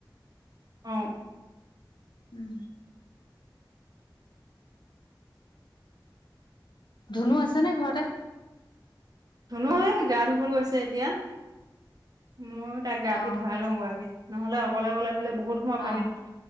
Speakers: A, on the right; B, on the left.
A: অ'।
B: উম। ধুনু আছে নে ঘৰতে?
A: ধুনোৱে গা ধুব বলৈ গৈছে এতিয়া। মইয়ো তাক গাটো
B: অ
A: ধুৱাই লওঁগৈ আগে। নহ'লে অকলে অকলে ধুলে বহুত সময় পানীত
B: অ